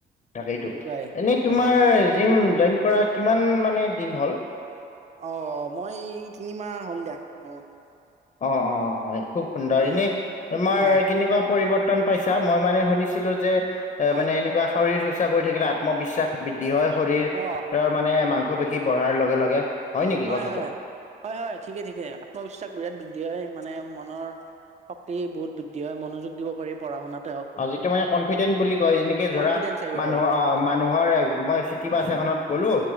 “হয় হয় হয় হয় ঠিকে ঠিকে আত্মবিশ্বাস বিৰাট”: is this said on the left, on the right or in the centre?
Right